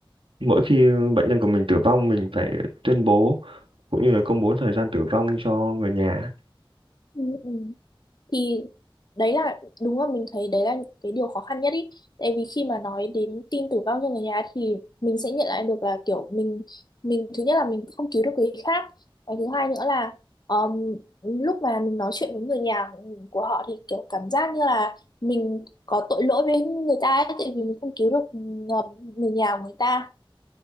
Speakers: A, on the right; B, on the left.
A: mỗi khi bệnh nhân của mình tử vong mình phải tuyên bố cũng như là công bố thời gian tử vong cho người nhà.
B: Ừ, ừ. Thì đấy là đúng là mình thấy đấy là những cái điều khó khăn nhất ý. Tại vì khi mà nói đến tin tử vong cho người nhà thì mình sẽ nhận lại được là kiểu mình mình thứ nhất là mình không cứu được người khác. Cái thứ hai nữa là um, lúc mà mình nói chuyện với người nhà của họ thì kiểu cảm giác như là mình có tội lỗi với người ta ấy, tại vì mình không cứu được uh, người nhà của người ta